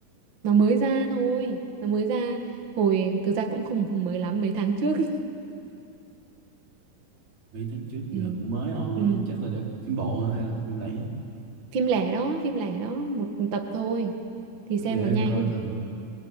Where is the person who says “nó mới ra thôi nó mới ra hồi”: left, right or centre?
Right